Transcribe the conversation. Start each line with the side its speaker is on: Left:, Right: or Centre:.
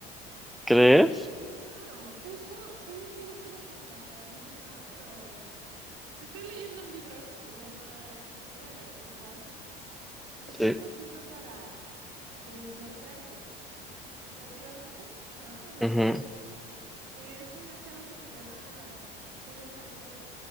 Centre: ¿Crees?
Right: Claro, de hecho, te digo que yo estuve súper atoradísima, pero estoy leyendo un libro que se llama El Camino del Artista que justo
Centre: Sí.
Right: sirve para desbloquearte creativamente, ¿no? O sea,
Centre: Ujú,
Right: es, eh, es una chava que se llama Julia Cameron